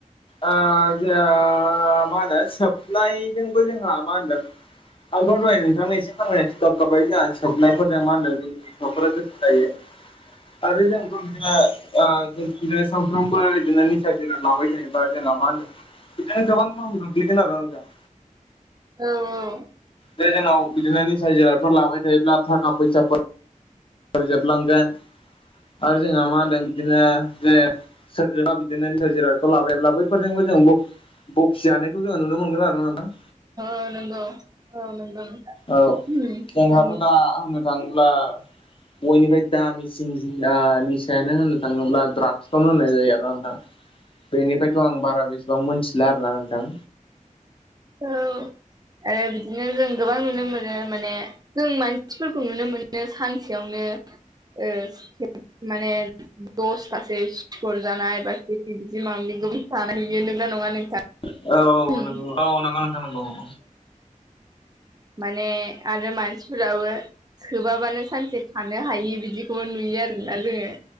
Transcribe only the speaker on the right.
औ औ
औ नंगौ औ नंगौ नोथां
उम
जोंनि
औ आरो बिदिनो जों गोबां नुनो मोनो माने। जों मानसिफोरखौ नुनो मोनो सानसेयावनो ओ माने दससे सिखर जानाय बा खेथि बिदि माबा गो <unintelligible> जानाय नुयो नंगौ ना नङा नों
उम
माने आरो मानसिफोराबो सोबाबानो सानसे थानो हायि बिदिखौबो नुयो आरोना जोङो।